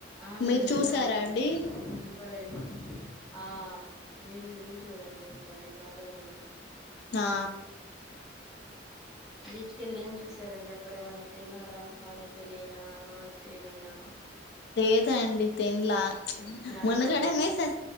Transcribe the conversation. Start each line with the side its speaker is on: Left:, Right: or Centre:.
Centre: ఆ మేము
Left: మీరు
Centre: వెళ్ళామండి
Left: చూసారా అండి
Centre: ఒకసారి కూడా వెళ్లి ఆ మీరు వెళ్ళి చూడండి సారి ర బాగానేఉంది
Left: ఆ
Centre: బిచ్కెళ్ళి ఏం చేసారండి అక్కడ ఏమైనా తిన్నారా పానీపూరి అయినా ఐస్ క్రీమ్ అయినా
Left: లేదా అండి తెన్లా
Centre: మ్యాంగో
Left: మునుగడమే
Centre: అయినా
Left: స